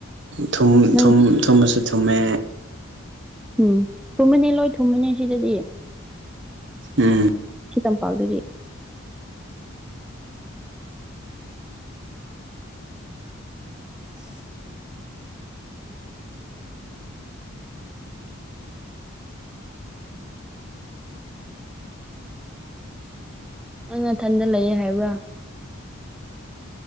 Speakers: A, on the right (about 55°); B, in the centre.
A: ꯊꯨꯝ
B: ꯅꯪ
A: ꯊꯨꯝ ꯊꯨꯝꯕꯁꯨ ꯊꯨꯝꯃꯦ
B: ꯎꯝ ꯊꯨꯝꯃꯅꯦ ꯂꯣꯏ ꯊꯨꯝꯃꯅꯦ ꯁꯤꯗꯗꯤ
A: ꯎꯝ
B: ꯆꯤꯇꯝ ꯄꯜꯗꯕꯤ <unintelligible> ꯅꯪ ꯃꯊꯟꯗ ꯂꯩꯌꯦ ꯍꯥꯏꯕ꯭ꯔꯥ